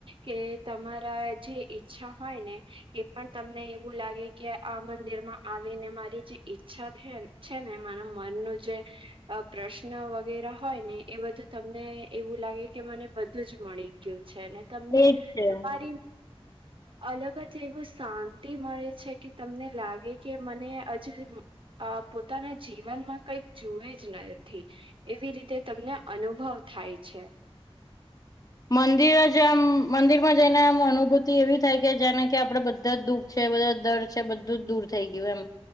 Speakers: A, on the right; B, on the left.
A: કે તમારા જે ઈચ્છા હોય ને એ પણ તમને એવું લાગે કે આ મંદિરમાં આવી ને મારી જે ઈચ્છા થેન છે ને મારુ મનનું જે પ્રશ્ન વગેરે હોય ને એ બધું તમને એવું લાગે કે મને બધું જ મળી ગયું છે અને તમને
B: એજ છે.
A: <unintelligible> અલગ જ એવું શાંતિ મળે છે કે તમને લાગે કે મને હજુ આ પોતાના જીવનમાં કઈક જોયે જ નથી. એવી રીતે તમને અનુભવ થાય છે.
B: મંદિર જ આમ મંદિરમાં જઈને આમ અનુભૂતિ એવી થાય કે જેને કે આપડે બધા દુઃખ છે બધા દર છે બધું જ દૂર થઈ ગયું એમ.